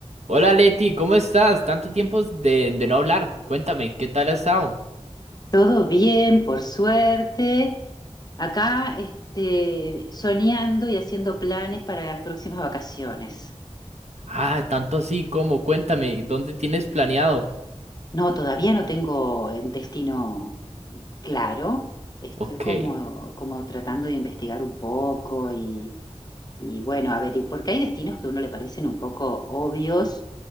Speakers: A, on the right; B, on the left.
A: Hola Leti, ¿cómo estás? Tanto tiempo de, de no hablar. Cuéntame, ¿qué tal has estado?
B: Todo bien, por suerte. Acá, este, soñando y haciendo planes para las próximas vacaciones.
A: Ah, tanto así, ¿cómo? Cuéntame, ¿dónde tienes planeado?
B: No, todavía no tengo el destino claro. Estoy
A: Ok,
B: como, como tratando de investigar un poco y, y bueno, a ver, y- porque hay destinos que a uno le parecen un poco obvios,